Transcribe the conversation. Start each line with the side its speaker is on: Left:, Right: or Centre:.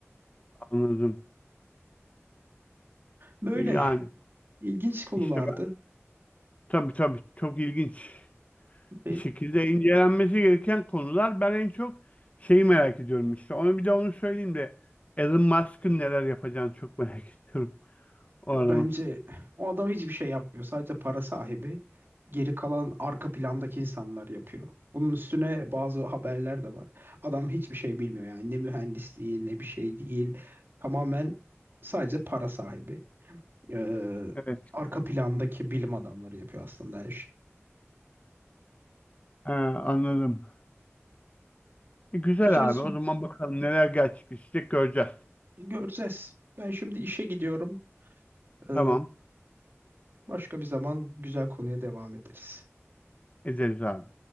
Left: Anladım.
Right: Böyle
Left: Yani
Right: ilginç konulardı
Left: İşte ben, tabii tabii çok ilginç
Right: ve
Left: bir şekilde incelenmesi gereken konular. Ben en çok şeyi merak ediyorum işte. Onu bir de onu söyleyeyim de Elon Musk'ın neler yapacağını çok merak <laughs> ediyorum o
Right: bence
Left: adamın.
Right: o adam hiçbir şey yapmıyor. Sadece para sahibi. Geri kalan arka plandaki insanlar yapıyor. Bunun üstüne bazı haberler de var. Adam hiçbir şey bilmiyor yani ne mühendis değil ne bir şey değil. Tamamen sadece para sahibi. Ee,
Left: Evet.
Right: arka plandaki bilim adamları yapıyor aslında her şeyi.
Left: He, anladım. E, güzel
Right: Güzel su.
Left: abi. O zaman bakalım neler gerçekleşecek göreceğiz.
Right: Göreceğiz. Ben şimdi işe gidiyorum. Ee,
Left: Tamam.
Right: başka bir zaman güzel konuya devam ederiz.
Left: Ederiz abi.